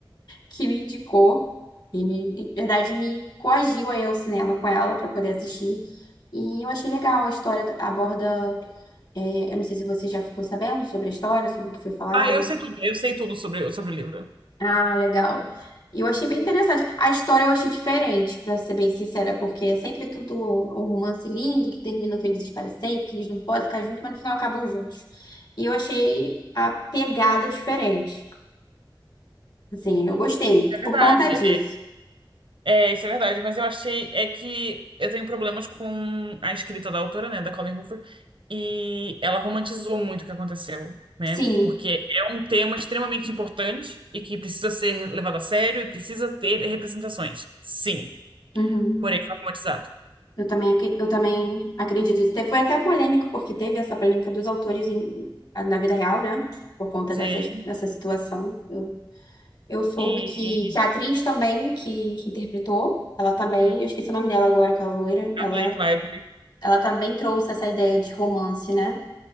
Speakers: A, on the left; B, on the right.
A: que me indicou e me, em verdade, me coagiu a ir ao cinema com ela para poder assistir. E eu achei legal, a história aborda, é, eu não sei se você já ficou sabendo sobre a história, sobre o que foi falado.
B: Ah, eu sei tudo, eu sei tudo sobre, sobre o livro.
A: Ah, legal. E Eu achei bem interessante. A história eu achei diferente, para ser bem sincera, porque é sempre tudo um romance lindo que termina felizes para sempre, que eles não podem ficar juntos, mas no final acabam juntos. E eu achei a pegada diferente. Assim, eu gostei
B: É verdade.
A: por conta disso.
B: É, isso é verdade, mas eu achei é que eu tenho problemas com a escrita da autora, né, da Colleen Hoover, e ela romantizou muito o que aconteceu, né?
A: Sim.
B: Porque é um tema extremamente importante e que precisa ser levado a sério e precisa ter representações. Sim,
A: Uhum.
B: porém foi romantizado.
A: Eu também, acre- eu também acredito nisso. Te- Foi até polêmico, porque teve essa polêmica dos autores em- na vida real, né? Por conta
B: Sim.
A: dessas, dessa situação. Eu, eu soube
B: E
A: que, que a atriz também, que, que interpretou, ela também,
B: hum,
A: eu esqueci o nome dela agora, aquela loira,
B: a
A: ela,
B: Blake Lively
A: ela também trouxe essa ideia de romance, né?